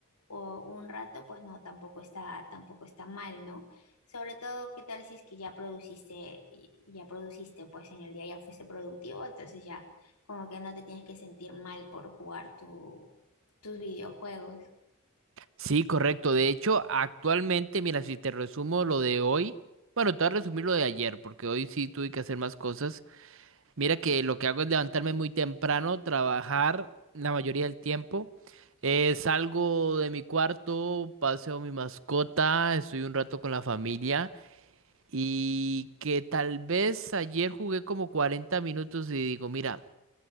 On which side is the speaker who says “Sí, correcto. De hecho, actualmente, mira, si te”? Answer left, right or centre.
Right